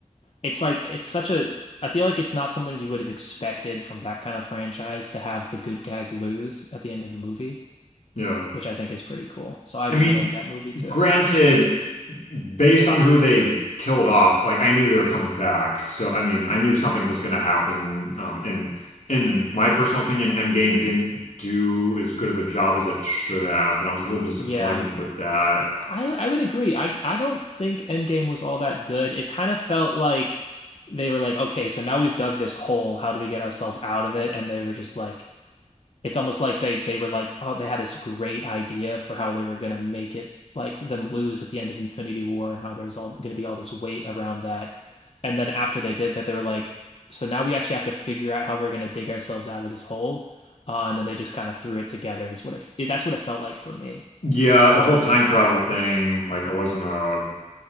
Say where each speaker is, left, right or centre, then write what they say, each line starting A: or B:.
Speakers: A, on the left; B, on the left.
A: it's like it's such a I feel like it's not something you would have expected from that kind of franchise to have the good guys lose at the end of a movie,
B: Yeah.
A: which I think is pretty cool. So I
B: I
A: really
B: mean,
A: like that movie too.
B: Granted, based on who they killed off, like I knew they were coming back. So I mean, I knew something was going to happen. Um, and and in my personal opinion, Endgame didn't do as good of a job as it should have, and I was a little disappointed
A: Yeah.
B: with that.
A: I I would agree. I I don't think Endgame was all that good. It kind of felt like they were like, okay, so now we've dug this hole. How do we get ourselves out of it? And they were just like, it's almost like they they were like, oh, they had this great idea for how they were gonna make it like them lose at the end of Infinity War and how there's all gonna be all this weight around that. And then after they did that, they were like, so now we actually have to figure out how we're gonna dig ourselves out of this hole. Uh, and then they just kind of threw it together is what it, that's what it felt like for me.
B: Yeah, the whole time travel thing, like I wasn't a